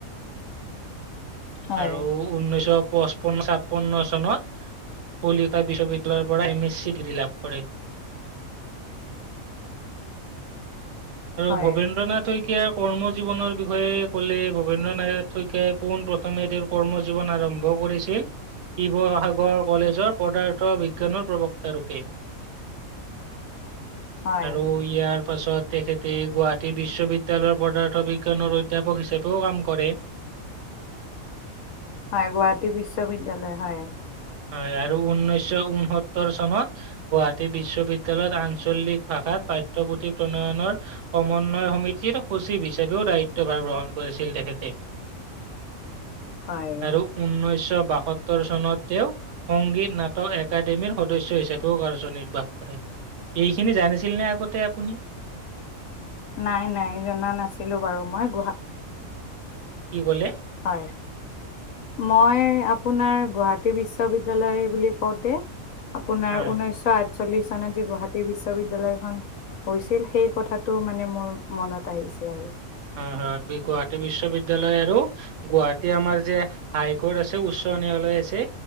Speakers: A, on the left (about 70°); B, on the right (about 60°).
A: হয়
B: আৰু উনৈছশ পঁচপন্ন ছাপন্ন চনত, কলিকতা বিশ্ববিদ্যালয়ৰ পৰা এম এছ ডিগ্ৰী লাভ কৰে। আৰু
A: হয়
B: ভবেন্দ্ৰ নাথ শইকীয়াৰ কৰ্ম জীৱনৰ বিষয়ে ক'লে, ভবেন্দ্ৰ নাথ শইকীয়াই পোন প্ৰথমে তেওঁৰ কৰ্ম জীৱন আৰম্ভ কৰিছিল শিৱসাগৰ কলেজৰ পদাৰ্থ বিজ্ঞানৰ প্ৰবক্তা ৰূপে।
A: হয়
B: আৰু ইয়াৰ পাছত তেখেতে গুৱাহাটী বিশ্ববিদ্যালয়ৰ পদাৰ্থ বিজ্ঞানৰ অধ্যাপক হিচাপেও কাম কৰে। <inaudible>
A: হায় গুৱাহাটী বিশ্ববিদ্যালয় হায়।
B: হায় আৰু ঊনৈছশ ঊনসত্তৰ চনত গুৱাহাটী বিশ্ববিদ্য়ালয়ত আঞ্চলিক ভাষাত পাঠ্যপুথি ক্ৰণ উন্নয়নৰ সমন্বয় সমিতিৰ সচিব হিচাপেও দায়িত্বভাৰ গ্ৰহণ কৰিছিল তেখেতে।
A: হয়
B: আৰু ঊনৈছশ বাসত্তৰ চনত তেওঁ সংগীত, নাটক একাডেমীৰ সদস্য হিচাপেও কাৰ্যনিৰ্বাহ কৰে। এইখিনি জানিছিল নে আগতে আপুনি?
A: নাই নাই জনা নাছিলো বাৰু মই, গুহা
B: কি ক'লে?
A: হয়, মই আপোনাৰ গুৱাহাটী বিশ্ব বিদ্যালয় বুলি কওঁতে, আপোনাৰ
B: হয়।
A: ঊনৈশ আঠচল্লিশ চনত যে গুৱাহাটী বিশ্ববিদ্যালয়খন, হৈছিল সেই কথাটো মানে মোৰ মনত আহিছে আৰু।
B: হয় হয় গুৱাহাটী বিশ্ববিদ্যালয় আৰু- গুৱাহাটী আমাৰ যে হাই কোৰ্ট আছে উচ্চ ন্যায়ালয় আছে,